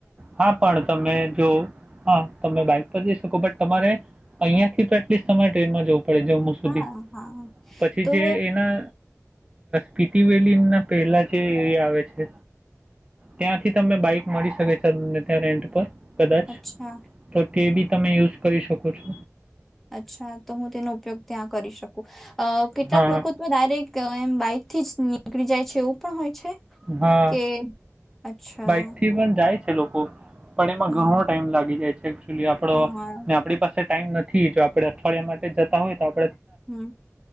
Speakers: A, on the right; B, in the centre.
A: હા પણ તમે જો હા તમે બાઇક પર જઈ શકો બટ તમારે અહિયાંથી તો એટલીસ્ટ તમે ટ્રેનમાં જવુ પડે જમમુ સુધી
B: હા હા
A: પછી
B: તો
A: જે એના પીતીવેલી ના પહેલા જે એરિયા આવે છે ત્યાંથી તમને બાઈક મળી શકે તમને ત્યાં રેન્ટ પર કદાચ
B: અચ્છા
A: તે બી તમે યુઝ કરી શકો છો
B: અચ્છા તો હું તેનો ઉપયોગ ત્યાં કરી શકું. અ કેટલાક
A: હા,
B: લોકો તો ડાયરેક્ટ કે એમ બાઈક થી જ નીકળી જાય છે એવું પણ હોય. છે?
A: હા
B: કે અચ્છા
A: બાઈક થી
B: તો
A: પણ જાય છે લોકો. પણ એમાં
B: હા
A: ઘણો ટાઈમ લાગી જાય છે એકચુલી આપણો
B: હા
A: ને આપણી પાસે ટાઈમ નથી જો આપણે અઠવાડિયા માટે જતા હોય તો આપણે
B: હમ